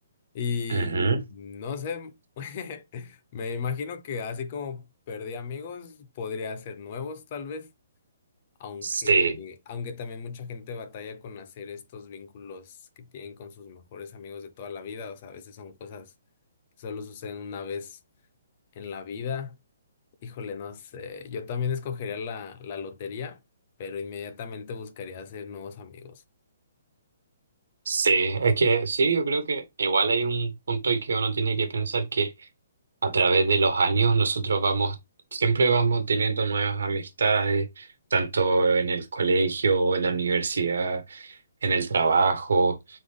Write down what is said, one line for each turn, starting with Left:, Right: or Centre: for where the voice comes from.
Left: Y
Right: Ujú.
Left: no sé, <laughs> me imagino que así como perdí amigos, podría hacer nuevos tal vez. Aunque,
Right: Sí,
Left: eh, aunque también mucha gente batalla con hacer estos vínculos que tienen con sus mejores amigos de toda la vida, o sea, a veces son cosas que solo suceden una vez en la vida. Híjole, no sé, yo también escogería la, la lotería, pero inmediatamente buscaría hacer nuevos amigos.
Right: sí, es que sí, yo creo que igual hay un punto en que uno tiene que pensar que A través de los años nosotros vamos, siempre vamos teniendo nuevas amistades, tanto en el colegio, en la universidad, en el trabajo,